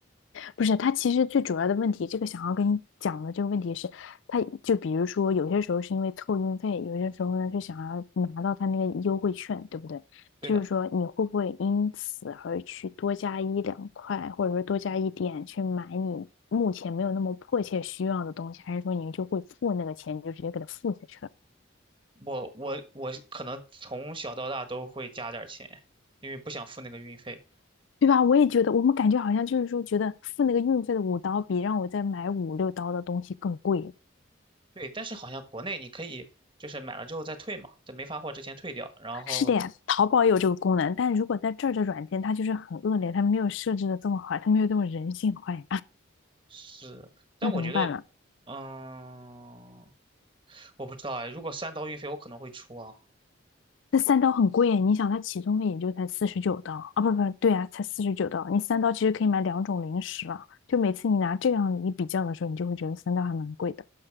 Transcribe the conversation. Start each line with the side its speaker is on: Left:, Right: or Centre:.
Left: 不是，他其实最主要的问题，这个想要跟你讲的这个问题是，他就比如说有些时候是因为凑运费，有些时候呢是想要拿到他那个优惠券，对不对？
Right: 对的，
Left: 就是说你会不会因此而去多加一两块，或者说多加一点去买你目前没有那么迫切需要的东西，还是说你就会付那个钱，你就直接给他付下去了，
Right: 我我我可能从小到大都会加点儿钱，因为不想付那个运费。
Left: 对吧？我也觉得，我们感觉好像就是说，觉得付那个运费的五刀比让我再买五六刀的东西更贵。
Right: 对，但是好像国内你可以就是买了之后再退嘛，在没发货之前退掉。然后
Left: 是的呀，淘宝也有这个功能，但如果在这儿的软件，它就是很恶劣，它没有设置的这么好，它没有这么人性化呀，
Right: 是，
Left: <laughs>
Right: 但我觉得，
Left: 那怎么办呢？
Right: 嗯，我不知道哎，如果三刀运费我可能会出啊，
Left: 那三刀很贵耶，你想它起送费也就才四十九刀啊，不不对啊，才四十九刀，你三刀其实可以买两种零食了。就每次你拿这样一比较的时候，你就会觉得三刀还蛮贵的，